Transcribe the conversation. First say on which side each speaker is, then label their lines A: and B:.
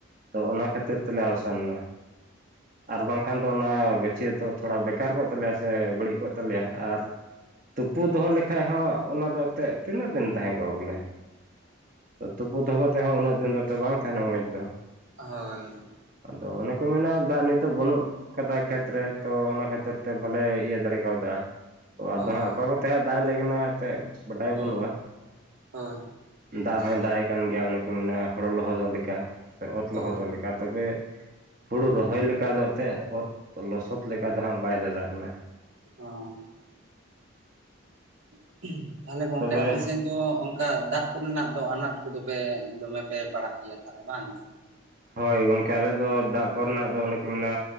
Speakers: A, on the right (about 40°); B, on the right (about 70°).
A: ᱛᱚ ᱚᱱᱟ ᱠᱷᱟᱹᱛᱤᱨ ᱛᱮᱞᱮ ᱟᱣᱥᱟᱱ ᱮᱱᱟ ᱟᱨ ᱵᱟᱝ ᱠᱷᱟᱱ ᱫᱚ ᱚᱱᱟ ᱜᱟᱹᱪᱷᱤ ᱦᱚᱸᱛᱚ ᱛᱷᱚᱲᱟ ᱵᱮᱠᱟᱨ ᱠᱚᱜ ᱛᱟᱞᱮᱭᱟ ᱥᱮ ᱵᱟᱹᱲᱤᱡ ᱠᱚᱜ ᱛᱟᱞᱮᱭᱟ ᱟᱨ ᱛᱩᱯᱩ ᱫᱚᱦᱚ ᱞᱮᱠᱷᱟᱡ ᱦᱚᱸ ᱚᱱᱟ ᱫᱚ ᱮᱱᱛᱮᱫ ᱛᱤᱱᱟᱹᱜ ᱫᱤᱱ ᱛᱟᱦᱮᱸ ᱠᱚᱜᱼᱟ ᱵᱚᱞᱮ ᱛᱩᱯᱩ ᱫᱚᱦᱚ ᱠᱟᱛᱮ ᱦᱚᱸ ᱩᱱᱟᱹᱜ ᱫᱤᱱ ᱫᱚ ᱵᱟᱝ ᱛᱟᱦᱮᱸᱱᱟ ᱢᱚᱡᱽ ᱫᱚ
B: ᱦᱳᱭ
A: ᱟᱫᱚ ᱚᱱᱮ ᱠᱚ ᱢᱮᱱᱟ ᱫᱟᱜ ᱱᱤᱛᱳᱜ ᱵᱟᱹᱱᱩᱜ ᱚᱠᱟ ᱫᱟᱜ ᱠᱷᱮᱛᱨᱮ ᱛᱚ ᱚᱱᱟ ᱠᱷᱟᱹᱛᱤᱨ ᱛᱮ ᱵᱟᱞᱮ ᱤᱭᱟᱹ ᱫᱟᱲᱮ ᱠᱟᱣᱫᱟ ᱛᱚ ᱟᱫᱚ
B: ᱦᱳᱭ,
A: ᱦᱟᱸᱜ ᱚᱠᱟ ᱠᱚᱛᱮ ᱦᱟᱸᱜ ᱫᱟᱜ ᱟᱞᱮ ᱠᱟᱱᱟ ᱮᱱᱛᱮ ᱵᱟᱰᱟᱭ
B: ᱦᱩᱸ,
A: ᱵᱟᱹᱱᱩᱜᱼᱟ
B: ᱦᱳᱭ,
A: ᱫᱟᱜ ᱦᱚᱸᱭ ᱫᱟᱜ ᱮᱫ ᱠᱟᱱ ᱜᱮᱭᱟ ᱚᱱᱮ ᱠᱚ ᱢᱮᱱᱟ ᱦᱚᱲ ᱞᱚᱦᱚᱫᱚᱜ ᱞᱮᱠᱟ ᱥᱮ ᱚᱛ
B: ᱦᱳᱭ,
A: ᱞᱚᱦᱚᱫᱚᱜ ᱞᱮᱠᱟ ᱛᱚᱵᱮ ᱦᱩᱲᱩ ᱨᱚᱦᱚᱭ ᱞᱮᱠᱟ ᱫᱚ ᱮᱱᱛᱮᱫ ᱚᱛ ᱞᱚᱥᱚᱫ ᱞᱮᱠᱟ ᱫᱚ ᱦᱟᱸᱜ ᱵᱟᱭ ᱫᱟᱫᱟᱜ ᱠᱟᱱᱟ
B: ᱦᱚᱸ - ᱛᱟᱞᱦᱮ ᱜᱚᱝᱠᱮ
A: ᱛᱚᱵᱮ
B: ᱟᱯᱮ ᱥᱮᱱ ᱫᱚ ᱚᱜ ᱠᱟ ᱫᱟᱜ ᱠᱚᱨᱮᱱᱟᱜ ᱫᱚ ᱟᱱᱟᱴ ᱠᱚᱫᱚ ᱯᱮ ᱫᱚᱢᱮ ᱯᱮ ᱯᱟᱲᱟᱜ ᱜᱮᱭᱟ ᱛᱟᱦᱮᱞᱮ ᱵᱟᱝ?
A: ᱦᱳᱭ ᱜᱚᱝᱠᱮ ᱟᱞᱮ ᱫᱚ ᱫᱟᱜ ᱠᱚᱨᱮᱱᱟᱜ ᱫᱚ ᱚᱱᱮ ᱠᱚ ᱢᱮᱱᱟ